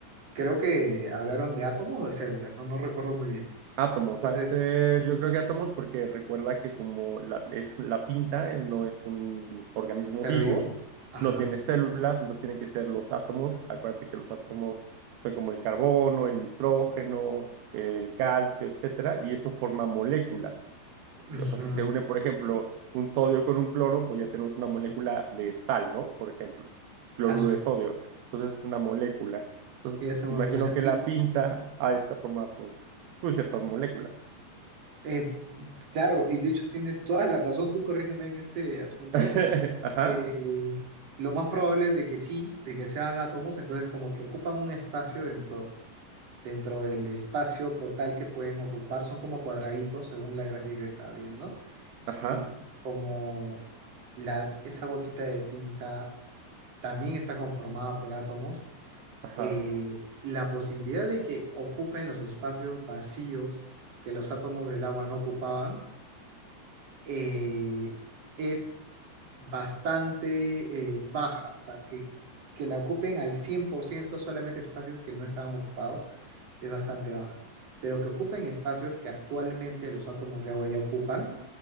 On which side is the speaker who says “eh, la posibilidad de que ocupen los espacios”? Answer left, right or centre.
Right